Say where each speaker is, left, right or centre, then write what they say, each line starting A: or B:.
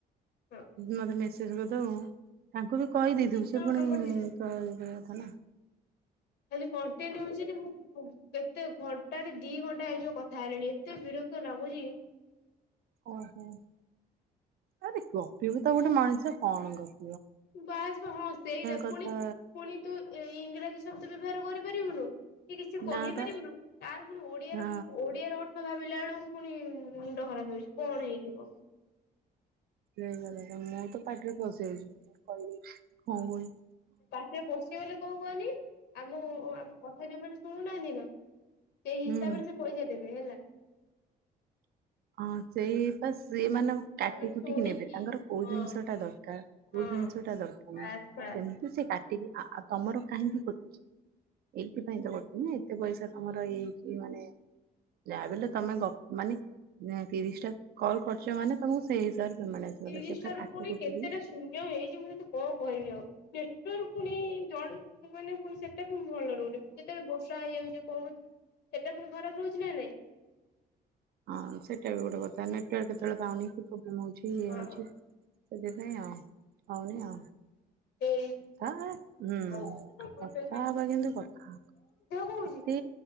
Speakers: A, on the left; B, on the right.
A: ହଁ
B: ମତେ ମେସେଜ କରିଦେବୁ। ତାଙ୍କୁ ବି କହିଦେଇଥିବୁ
A: ହଁ ମୁଁ ତିନି
B: ସେ
A: ଜଣ
B: ପୁଣି
A: ନମ୍ବର ଦେଇଦେବି
B: କ କଥା ନାଁ
A: ଆଜି କଣ୍ଟିନ୍ୟଛି ମୁଁ କେତେ ଘଣ୍ଟାରେ ଦି ଘଣ୍ଟା ହେଇଯିବ କଥା ହେଲିଣି ଏତେ ବିରକ୍ତ ଲାଗୁଛି।
B: ଓହୋ ଆରେ ଗୋପୀ ବି ତ ଗୋଟେ ମଣିଷ କଣ ଗପି।
A: ବାସ ହଁ ସେଇଟା
B: କଥା
A: ପୁଣି ପୁଣି ତୁ ଇଂରାଜୀ ସତ୍ୟ ବ୍ୟବହାର କରିପାରିବୁନୁ କି କିଛି
B: ନା
A: କହିପାରିବୁନୁ
B: ପା
A: ତାର ପୁଣି ଓଡିଆର
B: ହଁ
A: ଓଡିଆ ର ଅର୍ଥ ଭାବ ପିଲା ବେଳକୁ ପୁଣି ମୁଣ୍ଡ ଖରାପ ହେଇଛି କଣ ହେଇଥିବ
B: ସେଇ କଥା ତ ପାଟିରେ ପଶି ଯାଉଛି କହିଦେଉଛି କଣ କହିବି
A: ପାଟିରେ ପଶିବ ବୋଲି କଣ କହନି ଆମ ଆମ କଥା ଯୋଉ ମାନ ଶୁଣୁ ନାହାନ୍ତିନା ସେଇ ହିସାବରେ
B: ହୁଁ
A: ସେ ପଇସା ଦେଇ <inaudible>
B: ହଁ ସେଇ ସିଏ ମାନେ
A: ସେମାନେ
B: କାଟି କଟିକି
A: ଶୁଣିକି
B: ନେବେ ତାଙ୍କର କୋଉ
A: ହଁ
B: ଜିନିଷ ଟା ଦରକାର କୋଉ
A: ହଁ
B: ଜିନିଷ ଟା ଦରକାର
A: ବାସ୍
B: ନା
A: ବାସ୍
B: ସେମିତି ସେ କାଟି <inaudible> ତମର କାହିଁକି କଟୁଛି ଏଇଥିପାଇଁ ତ କଟୁଛିି ନା ଏତେ ପଇସା ତମର ଇଏ ହେଇଛି ମାନେ ଯାହା ବଲେ ତମେ ଗ ମାନେ ନାଁ ତିରିଶ ଟା କଲ ଖର୍ଚ୍ଚ ମାନେ ତମକୁ ସେଇ ହିସାବରେ ପେମେଣ୍ଟ ଆସିବ
A: ତିରିଟା
B: ସେ ପୁରା
A: ରୁ
B: କାଟି
A: ପୁଣି
B: କୁଟିକି
A: କେତେଟା ଶୂନ୍ୟ ହେଇଛି ମୁଁ ତତେ କଣ କହିବି ଆଉ ନେଟୱର୍କ ଫୁଣି ମାନେ ପୁଣି ସେଟା ପୁଣି ଭଲ ରହୁନି ଯେତେବେଳେ ବର୍ଷା ହେଇଯାଉଛି କହୁଛି ସେଟା ପୁଣି ଖରାପ ରହୁଛି ନା ନାଇଁ
B: ହଁ ସେଇଟା ବି ଗୋଟେ କଥା ନେଟୱାର୍କ କେତେବେଳେ ପାଉନି ପ୍ରୋବଲେ ହଉଚି ଠିକ
A: ହଁ
B: ଅଉଛି ସେ। <unintelligible> ହହୁନ ଆ।
A: ସେଇ
B: କଥା ହୁଁ
A: କଣ ହଉଛି ଦେହ କଣ
B: କଥା ହେବା କିନ୍ତୁ କଥା
A: ହଉଛି
B: ଯେତେ